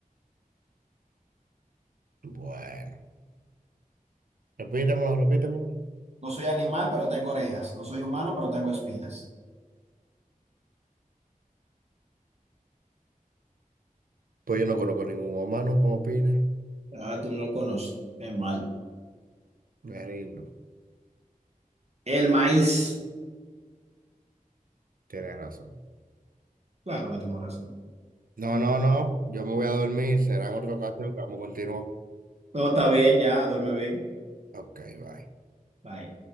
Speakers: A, on the right; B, on the right.
A: Bueno. Repítemelo, repítemelo.
B: No soy animal, pero tengo orejas. No soy humano, pero tengo espinas.
A: Pues yo no conozco ningún humano como opina.
B: Ah, tú no lo conoces. Qué mal.
A: Me rindo.
B: El maíz.
A: Tienes razón.
B: Claro que tengo razón.
A: No, no, no. Yo me voy a dormir. Será en otra ocasión que vamos a continuar.
B: No, está bien, ya, duerme bien.
A: Ok, bye.
B: Bye.